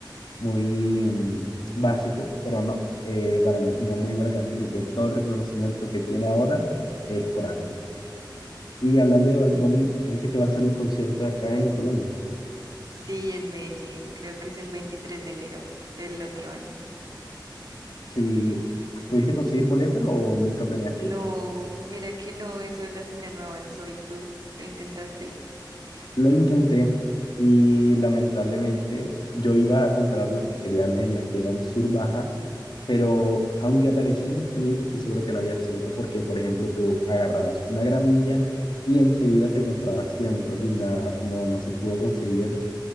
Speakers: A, on the left; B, on the right.
A: muy mm, básico, pero no. eh, para mí es una muy buena canción y si tiene todo el reconocimiento que tiene ahora, es por algo. Y hablando de Bad Bunny, viste que va a hacer un concierto acá en Colombia.
B: sí, en Medellín, creo que es el 23 de enero del otro año.
A: Si pudiste conseguir boleta o nunca planeaste
B: No,
A: ir.
B: mira que no, eso de la fila no avanzó y tú lo intentaste.
A: Lo intenté y lamentablemente yo iba a comprar los que serían en las que eran sur baja, pero aunque aparecían disponibles, estoy seguro que no había asiento porque, por ejemplo, tú agarrabas una gramilla y enseguida te encontraba asiento y na- no, no se pudo conseguir